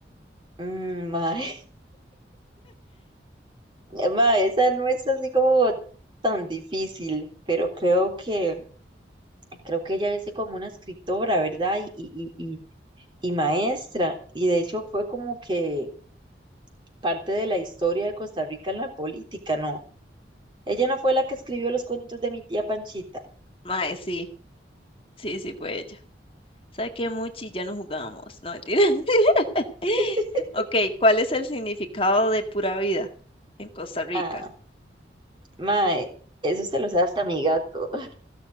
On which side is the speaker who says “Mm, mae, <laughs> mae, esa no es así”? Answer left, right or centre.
Right